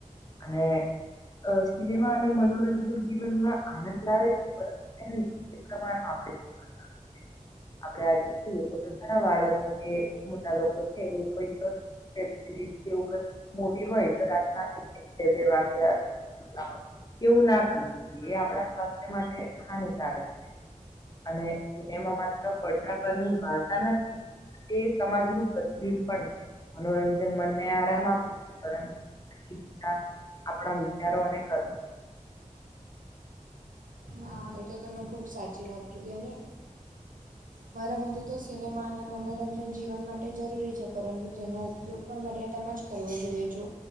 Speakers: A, on the left (about 30°); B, on the right (about 85°).
A: <inaudible> અ સિનેમા અને મનોરંજન જીવનમાં આનંદ લાવે છે પરંતુ <unintelligible> આપડે આજે જોઈએ તો ઘણા બાળકો કે મોટા લોકો છે એ કઈક વેબ સિરીઝ કે એવું કઈ મોટી હોય તો રાતના એક એક બે બે વાગ્યા તા હોય એવું ના કરવી જોઈએ એ આપણા સ્વાસ્થ્ય માટે હાનિકારક છે. અને સિનેમા માત્ર પડદા પરની વાર્તા નથી તે સમાજનું <unintelligible> મનોરંજન મને આરામ આપે છે પરંતુ આપડા વિચારો અને કર્મ
B: હા, એ તો તમે ખૂબ સાચી વાત કીધી અને મારા મતે તો સિનેમા ને મનોરંજન જીવન માટે જરૂરી છે પરંતુ તેનો ઉપ ઉપયોગ પણ મર્યાદામાં જ કરવો જોઈએ જો.